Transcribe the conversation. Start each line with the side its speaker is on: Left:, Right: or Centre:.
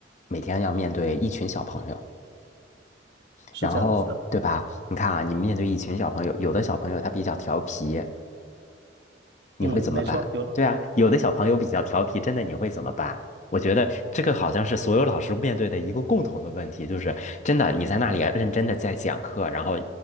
Left: 每天要面对一群小朋友，
Right: 是这样子的。
Left: 然后对吧？你看啊，你面对一群小朋友，有的小朋友他比较调皮，你会怎么办？
Right: 嗯，没错，有。
Left: 对啊，有的小朋友比较调皮，真的你会怎么办？我觉得这个好像是所有老师面对的一个共同的问题，就是真的你在那里啊认真的在讲课，然后